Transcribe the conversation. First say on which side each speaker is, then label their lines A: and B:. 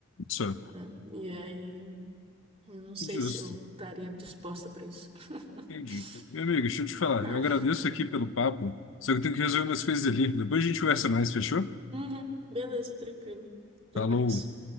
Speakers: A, on the left; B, on the right.
A: Só.
B: né? E aí, eu não sei
A: Justo.
B: se eu estaria disposta para isso. <laughs>
A: Entendi. Meu amigo, deixa eu te falar.
B: Ah,
A: Eu agradeço aqui pelo papo, só que eu tenho que resolver umas coisas ali. Depois a gente conversa mais, fechou?
B: uhum, beleza, tranquilo. Até
A: Falou.
B: mais.